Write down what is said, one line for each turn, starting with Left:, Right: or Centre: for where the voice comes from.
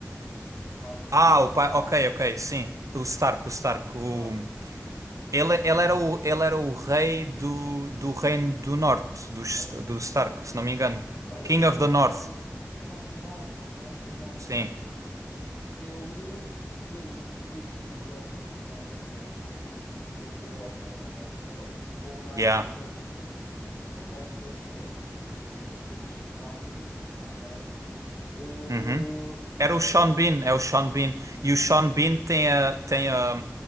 Left: o pai de,
Right: Ah,
Left: o
Right: o pai.
Left: Stark,
Right: Ok, ok, sim. O Stark, o Stark.
Left: o Stark,
Right: O... Ele, ele, era o, ele era o rei do, do Reino do Norte, do,
Left: era,
Right: do Stark, se não me engano.
Left: era
Right: King
Left: do
Right: of
Left: Winterfell,
Right: the North.
Left: de King of the North, King of the North,
Right: Sim.
Left: exatamente. Ele, ele curtia bué da personagem dele. Curtia Boé também, acho que era um bom gajo
Right: Yeah.
Left: para teres no, no resto da série. Acho que ia-te acrescentar muito também à série. Eh,
Right: Uhum.
Left: mas
Right: Era o
Left: pronto,
Right: Sean Bean, é o Sean Bean. E o Sean Bean tem a, tem a,